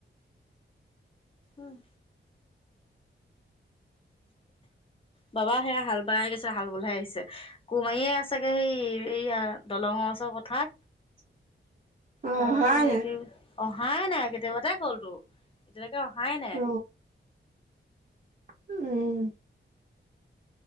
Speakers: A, on the left (about 25°); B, on the right (about 40°).
A: উম। বাবা সেয়া হাল। ব গৈছ হাল বলহে আহিছে, কুমাৰীয়ে আছোগে সেই সেয়া দলংৰ ওচৰ পথাৰত।
B: <inaudible> অ',
A: তালইকে
B: হয়
A: হেৰি
B: নাই?
A: কৰি অহাই নাই, কেতিয়াবাতোই গল তো এতিয়ালৈ অহাই নাই।
B: অ', উম।